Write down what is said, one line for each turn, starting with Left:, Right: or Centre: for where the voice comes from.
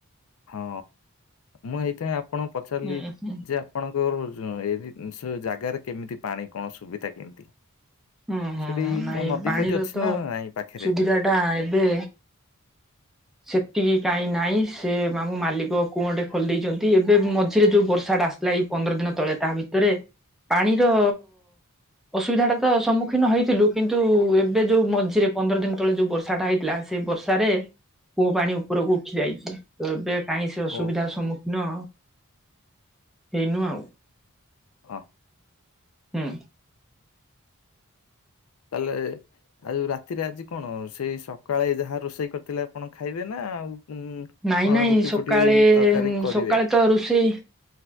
Left: ହଁ ମୁଁ ଏଇଥାଇ ଆପଣଙ୍କୁ ପଚାରିଲି
Centre: ହୁଁ ହୁଁ
Left: ଯେ ଆପଣଙ୍କ ଏ ସ୍ ଜାଗାରେ କେମିତି ପାଣି କଣ ସୁବିଧା କେମିତି।
Centre: ହୁଁ ହୁଁ
Left: ସେଠି
Centre: ହୁଁ। ନାଇଁ
Left: କୋଉ ନଦୀଫଦି
Centre: ପାଣିର
Left: ଅଛି
Centre: ତ
Left: ନା ନାଇଁ ପାଖେରେ।
Centre: ସୁବିଧା ଏବେ ସେତିକି କାଇଁ ନାଇଁ ସେ ଆମ ମାଲିକ କୁଅଁ ଟେ ଖୋଲି ଦେଇଛନ୍ତି ଏବେ ମଝିରେ ଯୋଉ ବର୍ଷା ଟା ଆସ ଲା ଏ ପନ୍ଦର ଦିନ ତଳେ ତା ଭିତରେ ପାଣିର ଅସୁବିଧା ଟା ତ ସମ୍ମୁଖୀନ ହେଇଥିଲୁ କିନ୍ତୁ ଏବେ ଯୋଉ ମଝିରେ ପନ୍ଦର ଦିନ ତଳେ ଯୋଉ ବର୍ଷାଟା ହେଇଥିଲା ସେ ବର୍ଷାରେ କୂଅ ପାଣି ଉପରକୁ ଉଠି ଯାଇଛି ତ ଏବେ କାହିଁ ସେ ଅସୁବିଧାର
Left: ହଁ
Centre: ସମ୍ମୁଖୀନ ହେଇନୁ ଆଉ
Left: ହଁ
Centre: ହୁଁ।
Left: ତାଲେ ଆଉ ରାତିରେ ଆଜି କଣ ସେଇ ସକାଳେ ଯାହା ରୋଷେଇ କରିଥିଲେ ଆପଣ ଖାଇବେ ନା ଆଉ କଣ
Centre: ନାଇଁ ନାଇଁ
Left: ରୁଟି
Centre: ସକାଳେ
Left: ଫୁଟିଏଇ ତରକାରୀ କରିବେ।
Centre: ସକାଳେ ତ ରୋଷେଇ